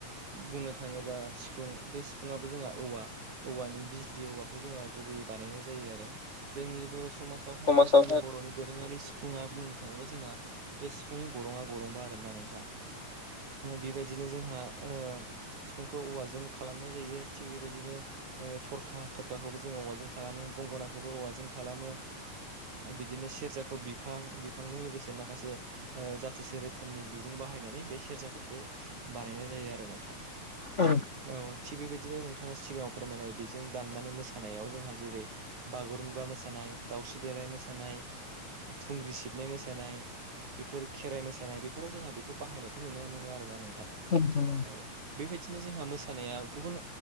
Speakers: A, on the right (about 65°); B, on the left (about 65°).
A: बुंनो थाङो बा सिफुं बे सिफु जोंहा औवा औवानि बिज्लि जोंहा गुबैयै बानायनाय जायो आरो जोंनि बर' समाजावहाय
B: माने
A: बा
B: समाजाव
A: जोंनि बर'नि दोरोङारि सिफुङा बुंनो थाङोब्ला जोंहा बे सिफुंनि गरङा गरंबा आरोना नोंथां। बेबायदिनो जोंहा ओ सिफुंखौ औवाजों खालामनाय जायो थिग बेबायदिनो ओ थरखा थरखाखौबो जों औवाजों खालामो गंगनाखौबो औवाजों खालामो। बिदिनो सेरजाखौ बिफां बिफांजों लोगोसे माखासे जाथोसे रोखोमनि दुरुं बाहायनानै बे सेरजाफोरखौ बानायनाय जायो आरो नोंथां।
B: औ
A: थिग औ थिग बेबायदिनो नोंथाङा सिगाङाव फोरमायनाय बेजों दामनानै मोसानायाव जोंहा जेरै बागुरुम्बा मोसानाय दाावस्रि देलाय मोसानाय। थुंग्रि सिबनाय मोसानाय बेफोर खेराइ मोसानाय बे बेफोराव जोंहा बेखौ बाहायनायखौ नुनो मोनो आरोना नोंथां।
B: नोंथां
A: औ बेबायदिनो जोंहा मोसानाया गुबुन